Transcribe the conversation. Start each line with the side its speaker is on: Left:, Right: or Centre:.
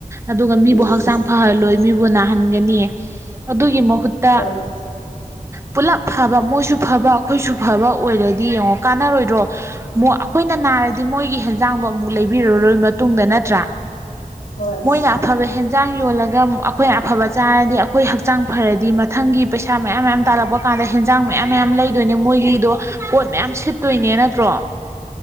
Right: ꯑꯗꯨꯒ ꯃꯤꯕꯨ
Left: ꯎꯝ
Right: ꯍꯛꯆꯥꯡ ꯂꯣꯏ ꯃꯤꯕꯨ ꯅꯥꯍꯟꯒꯅꯤ ꯑꯗꯨꯒꯤ ꯃꯍꯨꯠꯇ
Left: ꯍꯣꯏ
Right: ꯄꯨꯜꯂꯞ ꯐꯕ ꯃꯣꯏꯁꯨ ꯐꯕ ꯑꯩꯈꯣꯏꯁꯨ ꯐꯕ ꯑꯣꯏꯔꯗꯤ ꯌꯦꯡꯉꯣ ꯀꯥꯟꯅꯔꯣꯏꯗ꯭ꯔꯣ ꯑꯩꯈꯣꯏꯅ ꯅꯥꯔꯗꯤ ꯃꯣꯏꯒꯤ ꯍꯦꯟꯖꯥꯡꯗꯣ ꯑꯃꯨꯛ ꯂꯩꯕꯤꯔꯔꯣꯏ ꯃꯇꯨꯡꯗ ꯅꯠꯇ꯭ꯔꯥ
Left: ꯍꯣꯏ
Right: ꯃꯣꯏꯅ
Left: ꯍꯣꯏ
Right: ꯑꯐꯕ ꯍꯦꯟ ꯌꯣꯜꯂꯒ ꯑꯩꯈꯣꯏ ꯑꯐꯕ ꯆꯥꯔꯗꯤ ꯑꯩꯈꯣꯏ ꯍꯛꯆꯥꯡ ꯐꯔꯗꯤ ꯃꯊꯪꯒꯤ ꯄꯩꯁꯥ ꯃꯌꯥꯝ ꯃꯌꯥꯝ ꯇꯥꯜꯂꯛꯄ ꯀꯥꯟꯗ ꯍ ꯍꯤꯟꯁꯥꯡ ꯃꯌꯥꯝ ꯃꯌꯥꯝ ꯂꯩꯗꯣꯏꯅꯦ ꯃꯣꯏꯒꯤꯗꯣ ꯄꯣꯠ ꯃꯌꯥꯝ ꯁꯤꯠꯇꯣꯏꯅꯦ ꯅꯠꯇ꯭ꯔꯣ